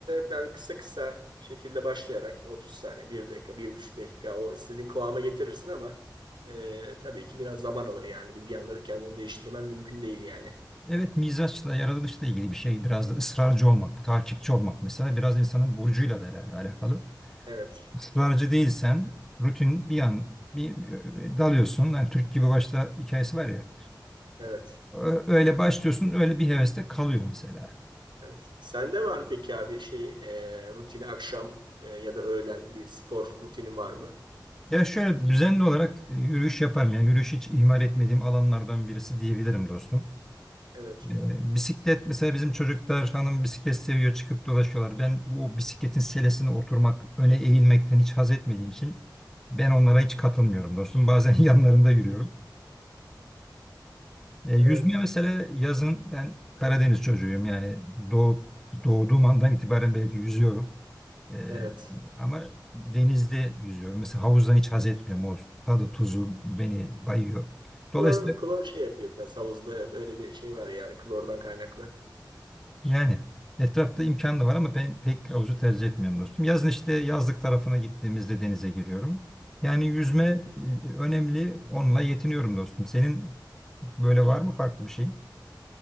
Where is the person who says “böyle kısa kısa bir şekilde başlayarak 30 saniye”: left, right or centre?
Right